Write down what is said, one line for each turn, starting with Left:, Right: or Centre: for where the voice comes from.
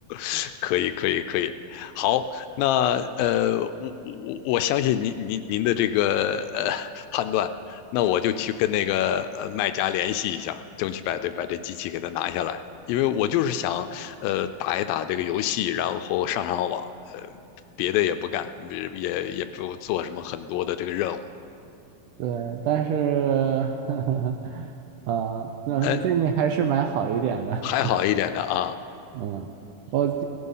Left: <laughs> 可以，可以，可以。好，那呃，我我我相信您您您的这个呃判断，那我就去跟那个呃卖家联系一下，争取把这把这机器给它拿下来，因为我就是想呃打一打这个游戏，然后上上网，呃，别的也不干，也也也不做什么很多的这个任务。
Right: 对，但是，<laughs> 啊，那建议还是买好一点的。
Left: 呃，还好一点的啊，
Right: 嗯，我，